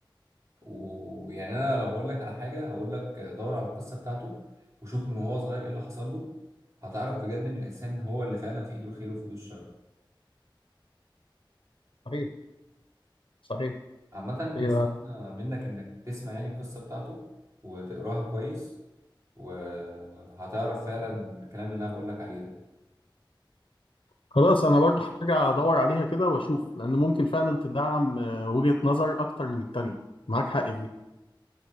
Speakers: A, on the right; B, on the left.
A: ويعني انا لو هقول لك على حاجه هقول لك دور على القصه بتاعته وشوف من وهو صغير ايه اللي حصل له هتعرف بجد ان الانسان هو اللي فعلا في ايده الخير وفي ايده الشر
B: صحيح صحيح
A: عامه
B: هي
A: هستنى منك انك تسمع يعني القصه بتاعته وتقراها كويس وهتعرف فعلا الكلام اللي انا بقول لك عليه ده
B: خلاص انا برضو هرجع ادور عليها كده واشوف لان ممكن فعلا تدعم آه، وجهة نظر اكتر من التانية معاك حق في دي